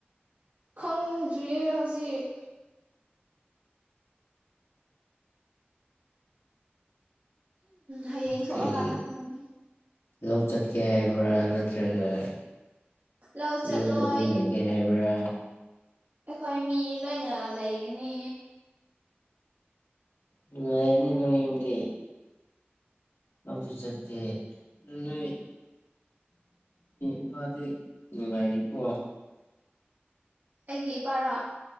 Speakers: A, on the right (about 55°); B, on the left (about 80°).
A: ꯈꯪꯗ꯭ꯔꯤꯌꯦ ꯍꯧꯖꯤꯛ ꯍꯌꯦꯡ ꯊꯣꯛꯑꯀꯥꯟꯗ
B: ꯀꯔꯤ
A: ꯈꯪꯉꯅꯤ
B: ꯂꯧ ꯆꯠꯀꯦ ꯍꯥꯏꯕ꯭ꯔꯥ ꯅꯠꯇ꯭ꯔꯒ
A: ꯂꯧ ꯆꯠꯂꯣꯏ
B: ꯌꯨꯝꯗ ꯑꯗꯨꯝ ꯂꯩꯒꯦ ꯍꯥꯏꯕ꯭ꯔꯥ
A: ꯑꯩꯈꯣꯏ ꯃꯤ ꯂꯣꯏꯅ ꯂꯩꯒꯅꯤ
B: ꯅꯨꯡꯉꯥꯏꯔꯦꯅꯦ ꯅꯣꯏ ꯌꯨꯝꯗꯤ ꯊꯕꯛꯁꯨ ꯆꯠꯇꯦ ꯑꯗꯨ ꯅꯣꯏ ꯏꯄꯥꯗꯤ ꯅꯨꯡꯉꯥꯏꯔꯤ ꯀꯣ
A: ꯑꯩꯒꯤ ꯏꯄꯥꯔꯥ